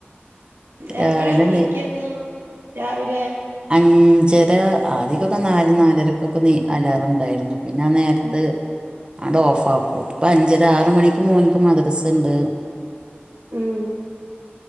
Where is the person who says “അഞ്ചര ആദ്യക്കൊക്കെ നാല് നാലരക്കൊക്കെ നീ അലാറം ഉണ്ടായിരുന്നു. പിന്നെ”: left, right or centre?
Right